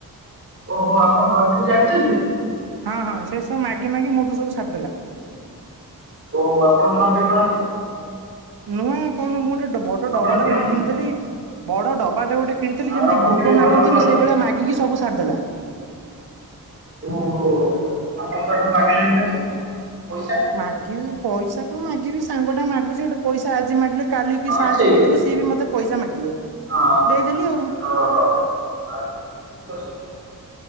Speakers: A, on the right (about 40°); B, on the right (about 85°).
A: ଓହୋ ଆପଣ ଧରିତ୍ରୀକୁ ଜାଣିଛନ୍ତି।
B: ହଁ ହଁ ସେ ସବୁ ମାଗି ମାଗି ମୋଠୁ ସବୁ ସାରିଦେଲା।
A: ଓ ହ ଆପଣ ନୁଆ ପିନାହାନ୍ତି।
B: ନୁଆଁ କଣ ମୁଁ ଗୋଟେ ବଡ
A: ଆପଣ
B: ଡବାଟେ
A: କିଣନ୍ତୁ।
B: ଗୋଟେ କିଣିଥିଲି। ବଡ ଡବାଟେ ଗୋଟେ କିଣିଥିଲି
A: ଆଉ
B: ଯେମିତି
A: ରଖିଥିବେ
B: ଭୋଗ
A: ଘରେ
B: ମାଗନ୍ତିନି
A: ବୋଧେ ଅଛି
B: ସେଇଭଳିଆ ମାଗିକି ସବୁ ସାରିଦେଲା।
A: ଓହୋ ଆପଣ ତ ଏଠୁ ମାଗିଲେଣି ତାକୁ ପଇସା।
B: ମାଗିବି ପଇସା କଣ ମାଗିବି ସାଙ୍ଗଟା ମାଗୁଛି ଗୋଟେ ପଇସା ଆଜି ମାଗିଲେ କାଲିକି
A: ହଁ
B: ସାହାଯ୍ୟ
A: ସେଇ
B: କରୁଥିବ
A: କଥା
B: ସିଏ ବି ମତେ ପଇସା ମାଗିବ
A: ହଁ
B: ଦେଇଦେଲି ଆଉ।
A: ଓହୋ ଆ କିଛି ଅସୁବିଧା ନାହିଁ।